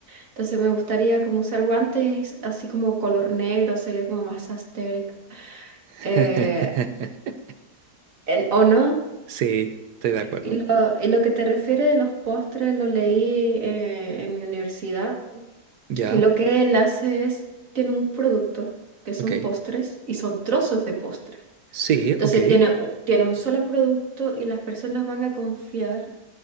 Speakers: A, on the right; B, on the right.
A: Entonces me gustaría como usar guantes así como color negro, sería como más asteric
B: <laughs>
A: Eh, en- ¿O no?
B: Sí, estoy de acuerdo.
A: Y lo, y lo que te refiere de los postres lo leí eh, en mi universidad.
B: Ya,
A: Y lo que él hace es, tiene un producto que son
B: ok.
A: postres y son trozos de postre.
B: Sí,
A: Entonces
B: ok.
A: tiene, u- tiene un solo producto y las personas van a confiar